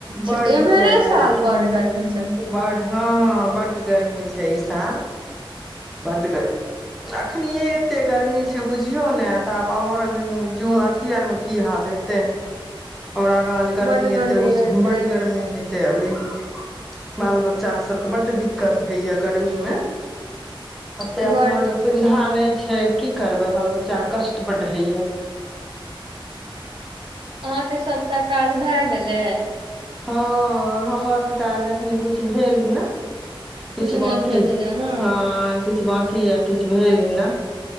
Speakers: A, in the centre; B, on the right (about 60°).
A: बड
B: छै एम्हरे
A: य
B: साल बड गर्मी छथिन
A: ब ह बड गर्मी छै ई साल बड गर्मी छै बुझियौ ने तऽ आब आओर अथी आर मे की हाल हेतै हमरा गाँ गर्मी
B: बड
A: एते ओ
B: रहते
A: बड गर्मी हेते अबरी बाल बच्चा सभकेँ बड्ड दिक्कत होइए गर्मीमे आतऽ अपनारके
B: बड
A: सुविधा नहि छै की करबै बाल बच्चा कष्ट बढ़ै होइ या
B: अहाँके सभटा काज भए गेलै
A: हँ हमर तऽ काज जखनी किछु भेल ह ने किछु
B: कुछ नहि
A: बकी
B: भेल ह ने
A: हँ किछु बकी या किछु भेल ही ने